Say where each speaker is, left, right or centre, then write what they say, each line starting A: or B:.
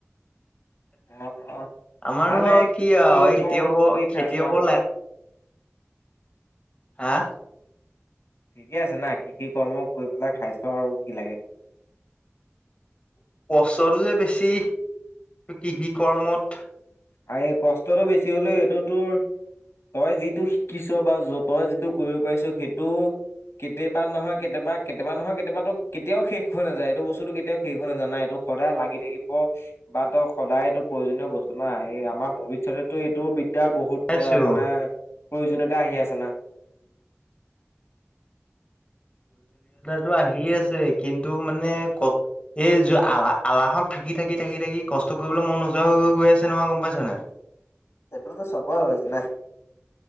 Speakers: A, on the left (about 75°); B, on the left (about 25°).
A: অ', অ',
B: আমাৰনো
A: ভালে
B: আৰু কি
A: কৃষি
B: আৰু এই খেতিয়কৰ
A: কম কৰি
B: খেতিয়কৰ
A: খাইছো আৰু
B: হাঁ
A: ঠিকে আছে না কৃষি কৰ্ম কৰি পেলাই খাইছ আৰু কি লাগে।
B: কষ্টটো যে বেছি কৃষি কৰ্মত।
A: আৰে কষ্টটো বেছি হ'লেও এইটো তোৰ তই যিটো শিকিছ বা য তই যিটো কৰিব পাৰিছ সেইটো কেতিয়াবা নহয় কেতিয়াবা কেতিয়াবা নহয় কেতিয়াবাতো কেতিয়াও শেষ হৈ নাযায় এইটো বস্তুটো কেতিয়াও শেষ হৈ নাযায় না এইটো। সদায় লাগি থাকিব বা ত সদায় এইটো প্ৰয়োজনীয় বস্তু না এই আমাৰ ভৱিষ্যতেটো এইটো ইয়াৰ বহুত
B: পাইছো
A: অ', মানে প্ৰয়োজনীয়তা আহি আছে না।
B: টো আহি আছে কিন্তু মানে ক এই য আল আলাহত থাকি থাকি থাকি থাকি কষ্ট কৰিবলৈ মন নোযোৱা হৈ হৈ গৈ আছে নহয় গম পাইছ নে।
A: সেইটোতো চবৰে হৈছে না